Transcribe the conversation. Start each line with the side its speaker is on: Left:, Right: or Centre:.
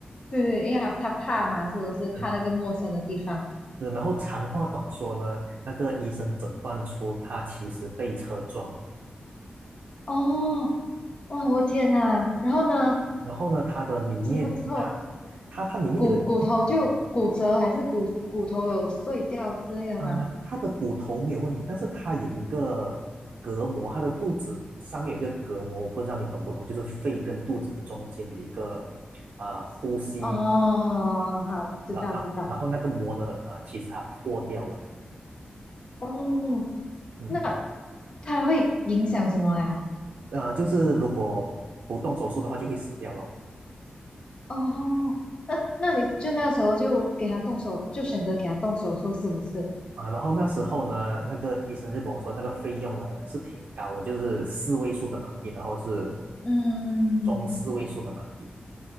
Left: 对对，因为他他怕嘛，是不是怕那个陌生的地方？
Right: 嗯，是然后长话短说呢，那个医生诊断出他其实被车撞了，
Left: 哦，哇，我天呐，然后呢，
Right: 然后呢，他的里面他
Left: 之后之后
Right: 他他里面有一层。
Left: 骨骨头就骨折，还是骨骨头有碎掉之类的吗？
Right: 啊、他的骨头没有问题，但是他有一个隔膜，他的肚子上面有一个隔膜，我不知道你懂不懂，就是肺跟肚子的中间有一个啊呃呼吸，
Left: 哦，好，知道知道。
Right: 然后然后那个膜呢，啊其实它破掉了，
Left: 哦，
Right: 嗯，
Left: 那他会影响什么呀？
Right: 呃，就是如果不动手术的话就会死掉了
Left: 哦，那那你就那时候就给他动手，就选择给他动手术，是不是？
Right: 啊、然后那时候呢，那个医生就跟我说，那个费用呢是挺高的，就是四位数的马币，然后是
Left: 嗯，
Right: 中四位数的马币。